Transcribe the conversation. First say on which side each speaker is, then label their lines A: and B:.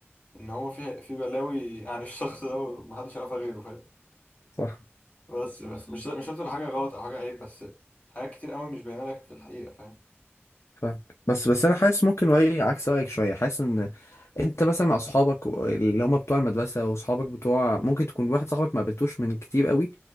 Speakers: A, on the left (about 35°); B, on the left (about 80°).
A: ان هو فيه في بلاوي عن الشخص ده ومحدش يعرفها غيره فاهم
B: صح
A: بس بس مش مش شرط تبقى حاجة غلط او حاجة عيب بس حاجات كتير قوي مش باينة لك في الحقيقة فاهم
B: فاهم بس بس انا حاسس ممكن رايي عكس رايك شويه حاسس ان انت مثلا مع اصحابك و- اللي هم بتوع المدرسه واصحابك بتوع ممكن تكون واحد صاحبك ما قابلتوش من كتير قوي